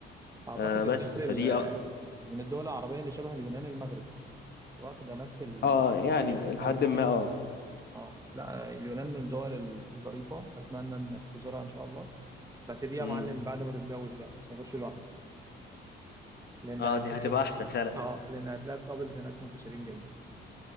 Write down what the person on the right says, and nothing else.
أعتقد
الدول
ال- من الدول العربية اللي شبه اليونان المغرب واخدة نفس الجانب
بتاع
اليونان
اه لا اليونان من الدول الظريفة أتمنى إنك تزورها إن شاء الله بس دي يا
معلم بعد ما تتجوز بقى ما تسافرش لوحدك لأن
هتلاقي
اه لأن هتلاقي الكابلز هناك منتشرين جدا